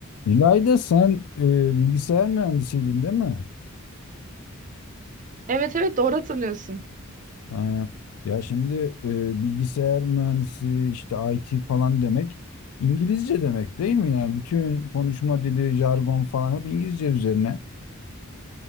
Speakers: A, on the left (about 85°); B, on the right (about 35°).
A: İlayda sen e, bilgisayar mühendisiydin değil mi?
B: Evet evet doğru hatırlıyorsun.
A: Ha, ya şimdi e, bilgisayar mühendisi işte IT falan demek İngilizce demek değil mi? Yani bütün konuşma dili, jargon falan hep İngilizce üzerine.